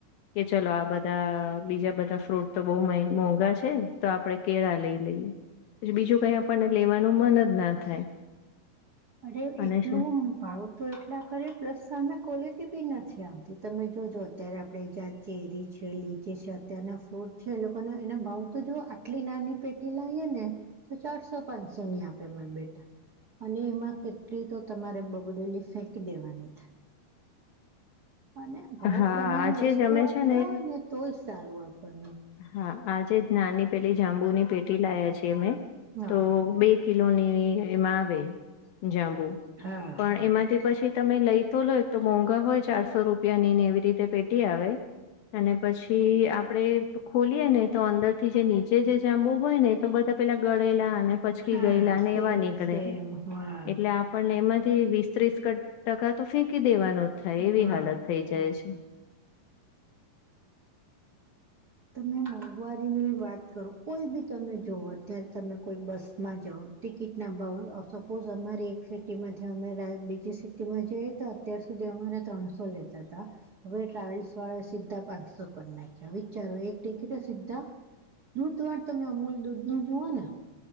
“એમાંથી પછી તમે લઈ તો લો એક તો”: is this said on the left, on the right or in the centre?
Left